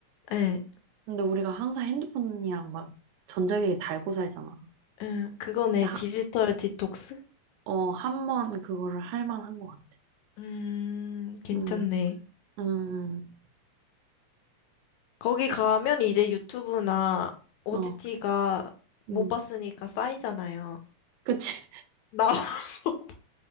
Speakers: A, on the left; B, on the right.
A: 예,
B: 근데 우리가 항상 핸드폰이랑 막 전자기기 달고 살잖아.
A: 응. 그거네.
B: 근데 하,
A: 디지털 디톡스.
B: 어, 한 번 그거를 할 만한 것 같아.
A: 음, 괜찮네.
B: 음, 음,
A: 거기 가면 이제 유튜브나 OTT가
B: 음. 어,
A: 못
B: 음.
A: 봤으니까 쌓이잖아요.
B: 그치. <laughs>
A: 나와서 <laughs>